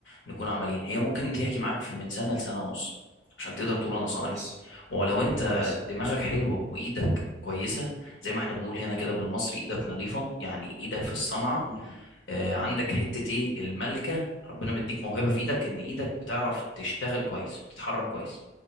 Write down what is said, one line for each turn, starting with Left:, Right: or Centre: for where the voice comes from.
Left: نكون عمليين هي
Right: مم.
Left: ممكن تحكي معاك في من سنه لسنه ونص عشان تقدر تقول انا صنايعي
Right: كويس
Left: ولو انت
Right: كويس
Left: دماغك حلوه وايدك كويسه زي ما احنا بنقول هنا كده بالمصري ايدك نظيفه يعني ايدك في الصنعه
Right: مم.
Left: آه، عندك حتة ايه الملكة ربنا مديك موهبة في ايدك ان ايدك بتعرف تشتغل كويس وتتحرك كويس